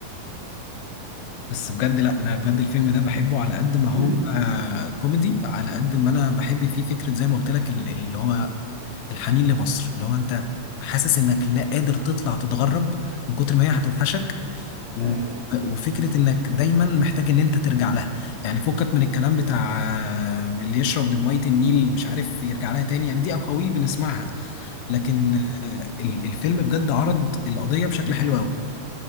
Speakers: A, on the left; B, on the right.
A: بس بجد لا انا بجد الفيلم ده بحبه على قد ما هو
B: <laughs>
A: آه، كوميدي على قد ما انا بحب فيه فكره زي ما قلت لك ال- اللي هو الحنين لمصر اللي هو انت حاسس انك لا قادر تطلع تتغرب من كتر ما هي هتوحشك و-
B: ايوه
A: وفكرة انك دايما محتاج ان انت ترجع لها يعني فكك من الكلام بتاع آه، اللي يشرب من مية النيل مش عارف يرجع لها تاني يعني دي اقاويل بنسمعها لكن
B: مم.
A: آه، ال- الفيلم بجد عرض القضية بشكل حلو قوي